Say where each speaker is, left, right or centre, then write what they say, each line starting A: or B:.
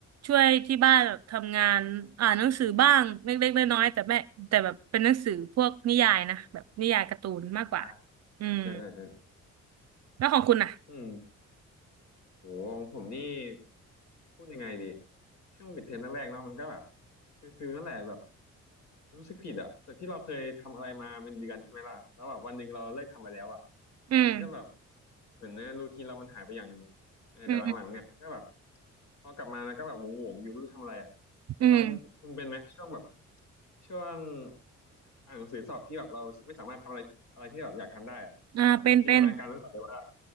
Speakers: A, on the right; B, on the left.
A: ช่วยที่บ้านแบบทำงานอ่านหนังสือบ้างเล็กๆน้อยๆแต่แม่แต่แบบเป็นหนังสือพวกนิยายนะแบบนิยายการ์ตูนมากกว่า
B: อ่า
A: อืม
B: อ่าอ่า
A: แล้วของคุณอ่ะ
B: อืม โหของผมนี่พูดยังไงดีช่วงปิดเทอมแรกๆเนาะมันก็แบบฟิลฟิลนั่นแหละแบบรู้สึกผิดอะจากที่เราเคยทำอะไรมาเป็นเดือนใช่ไหมล่ะแล้วแบบวันหนึ่งเราเลิกทำไปแล้วอะ
A: อืม
B: มันก็แบบเหมือนเนี่ยรูทีนเรามันหายไปอย่างหนึ่งเออแต่หลังๆเนี่ยก็แบบ
A: อืม
B: พอกลับมาแล้วก็แบบหวงๆอยู่ไม่รู้ทำอะไรอะคือตอนคุณเป็นไหมช่วงแบบ
A: อืม
B: ช่วงอ่านหนังสือสอบที่แบบเราไม่สามารถทำอะไรอะไรที่แบบอยากทำได้อะเราจะจินตนาการไว้ก่อนเลยว่า
A: อ่าเป็นเป็น